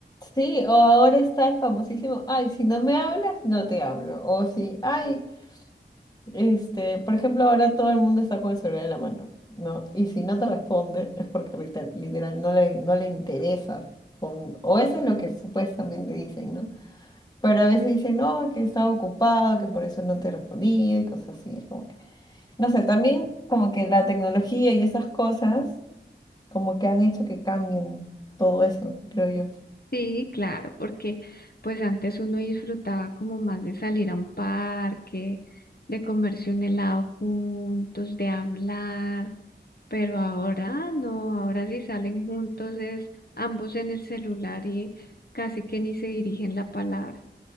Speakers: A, on the left (about 20°); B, on the left (about 55°).
A: Sí, o ahora está el famosísimo, ay, si no me hablas, no te hablo. O si, ay, Este, por ejemplo, ahora todo el mundo está con el celular en la mano, ¿no? Y si no te responde es porque lite- literal no le, no le interesas. con- o eso es lo que supuestamente dicen, ¿no? Pero a veces dicen, no, que estaba ocupado, que por eso no te respondí y cosas así. Es como que, no sé, también como que la tecnología y esas cosas como que han hecho que cambien todo eso, creo yo.
B: Sí, claro, porque pues antes uno disfrutaba como más de salir a un parque, de comerse un helado juntos, de hablar, pero ahora no, ahora si salen juntos es ambos en el celular y casi que ni se dirigen la palabra,